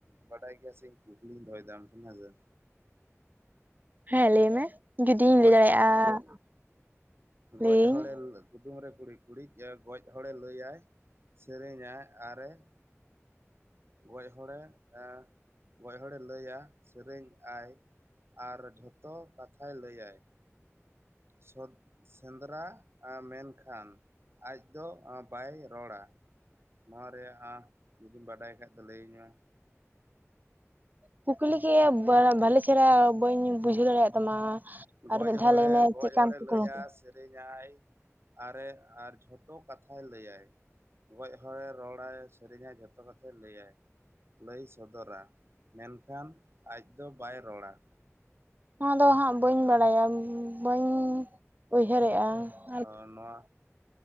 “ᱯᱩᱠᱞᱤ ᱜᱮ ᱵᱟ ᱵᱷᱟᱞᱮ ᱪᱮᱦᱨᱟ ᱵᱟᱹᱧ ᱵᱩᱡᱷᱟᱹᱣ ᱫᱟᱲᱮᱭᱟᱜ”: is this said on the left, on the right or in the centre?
Right